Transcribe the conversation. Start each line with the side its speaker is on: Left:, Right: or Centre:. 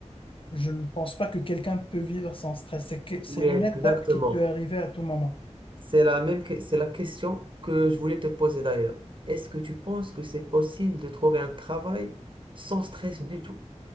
Left: je ne pense pas que quelqu'un peut vivre sans stress. C'est que- c'est
Right: oui,
Left: une
Right: exactement.
Left: étape qui peut arriver à tout moment.
Right: C'est la même, que- c'est la question que je voulais te poser d'ailleurs. Est-ce que tu penses que c'est possible de trouver un travail sans stress du tout?